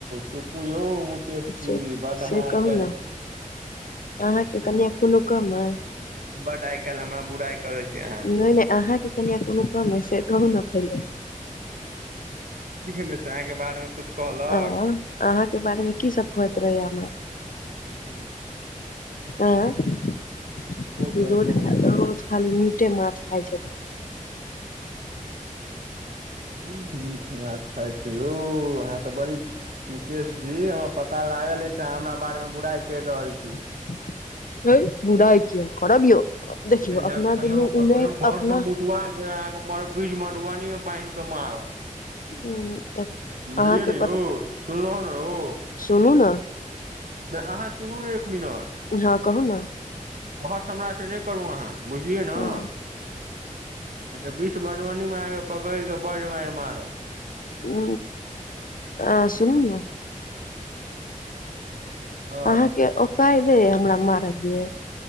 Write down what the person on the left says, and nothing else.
से
से
कहू
ने अहाँके कनिआ कोनो कम अइ
नहि नहि अहाँके कनिआ कोनो कम अइ से कहूँ ने पहिले
आँ अहाँके बारेमे की सब कहैत रहैये हमरा
एट
ई
रोज
रोज खाली मीटे माछ खाय छथिन
<unintelligible> बुराई किया करब यौ देखियौ
अपना
दुनू उन्ने
अपना
अहाँके
सुनु न
हँ कहू ने
हँ
उ आहा सुनु न।
अहाँके ओ ओकायद है हमरा मारअ के